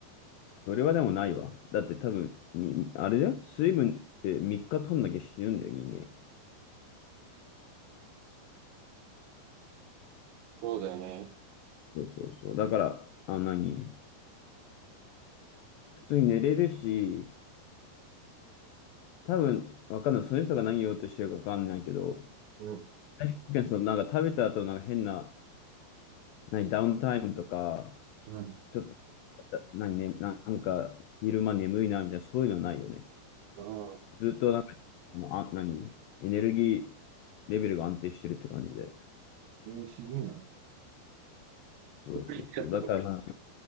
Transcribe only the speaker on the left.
それはでもないわ。だって多分、みあれだよ。水分って3日取んなきゃ死ぬんだよ、人間。
そうそうそう。だから、あ、何普通に寝れるし、多分、わかんない。その人が何言おうとしてるかわかんないけど、
確かにその、なんか食べた後、なんか変な、何、ダウンタイムとか、
ちょっと、何、ね、なんか、昼間眠いな、みたいな、そういうのはないよね。
ずっと、なんか、あの、あ、何エネルギーレベルが安定してるって感じで。
そうそうそう。
だからまあ、